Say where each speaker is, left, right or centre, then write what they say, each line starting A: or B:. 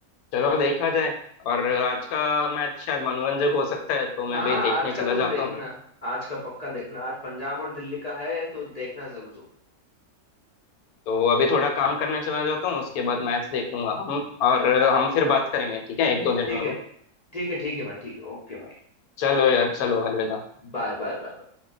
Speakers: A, on the left; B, on the left.
A: चलो देखा जाए और आज का मैच शायद मनोरंजक हो सकता है तो मैं
B: हाँ
A: भी
B: हाँ,
A: देखने
B: आज का
A: चला
B: तुम
A: जाता
B: देखना
A: हूँ
B: आज का पक्का देखना आज पंजाब और दिल्ली का है तो देखना जरूर तुम
A: तो अभी थोड़ा काम करने चला जाता हूँ उसके बाद मैच देख लूंगा हम और हम फिर बात करेंगे ठीक है एक दो दिनों
B: ठीक है
A: में
B: ठीक है ठीक है भाई ठीक है ओके भाई
A: चलो यार चलो अलविदा
B: Bye bye bye